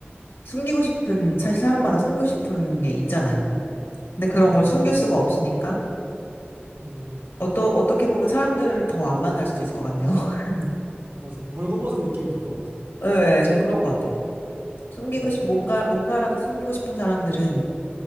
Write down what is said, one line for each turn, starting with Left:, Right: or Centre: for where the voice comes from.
Left: 숨기고 싶은, 사실 사람마다 숨기고 싶은 게 있잖아요. 근데 그런
Right: 네, 맞아요,
Left: 걸 숨길
Right: 있어요.
Left: 수가 없으니까,
Right: 음
Left: 어떠, 어떻게 보면 사람들을 더 안 만날 수도 있을 것 같네요. <laughs>
Right: 맞아요. 벌거벗은 느낌이 들 것 같아요.
Left: 네, 좀 그럴 것 같아요. 숨기고
Right: 음,
Left: 싶, 뭔가, 뭔가라도 숨기고 싶은 사람들은